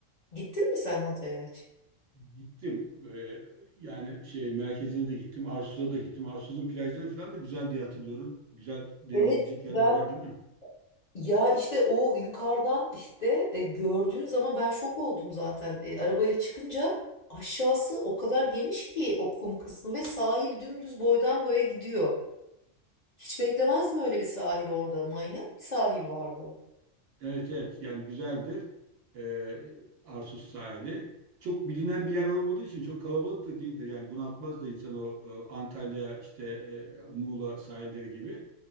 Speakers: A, on the left (about 40°); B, on the right (about 70°).
A: Gittin mi sen Hatay'a hiç?
B: gittim. Ee, yani şey merkezine de gittim. Arsuz'a da gittim. Arsuz'un plajları falan da güzel diye hatırlıyorum. Güzel denize
A: Evet
B: girecek yerler
A: ben
B: var değil mi?
A: ya işte o yukarıdan işte e, gördüğün zaman ben şok oldum zaten. E, arabayla çıkınca aşağısı o kadar geniş ki o kum kısmı ve sahil dümdüz boydan boya gidiyor. Hiç beklemezdim öyle bir sahil orada. Manyak bir sahil vardı.
B: Evet evet. Yani güzeldir. Ee, Arsuz sahili. Çok bilinen bir yer olmadığı için çok kalabalık da değildir. Yani bunaltmaz da insan o e, Antalya işte e, Muğla sahilleri gibi.